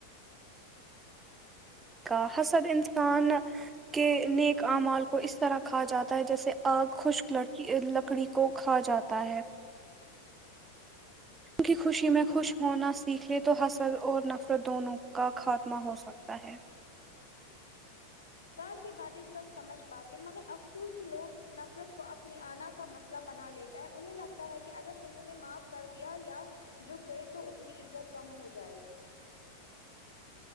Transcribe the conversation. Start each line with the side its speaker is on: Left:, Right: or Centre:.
Right: کا حسد انسان کے نیک اعمال کو اس طرح کھا جاتا ہے جیسے آگ خشک لکی لکڑی کو کھا جاتا تا ہے کی خوشی میں خوش ہونا سیکھ لے تو حسر اور نفرت دونوں کا خاتمہ ہو سک تا ہے
Left: کاشی باتیں سب سمجھ پاتے مگر افسوس کہ لوگ نفرت کو اپنی آنا کا مسئلہ بنا لیتے ہے انہیں لگتا ہے کہ اگر انہوں نے معاف کر دیا یا جو گئے تو ان کی ازت کم ہو جائے گی